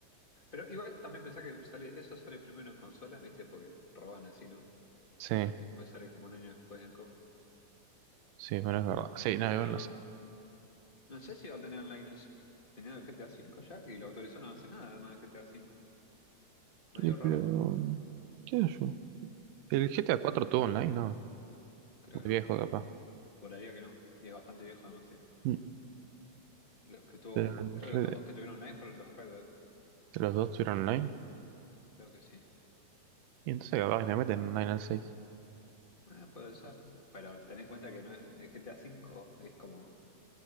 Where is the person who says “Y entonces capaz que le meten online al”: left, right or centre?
Right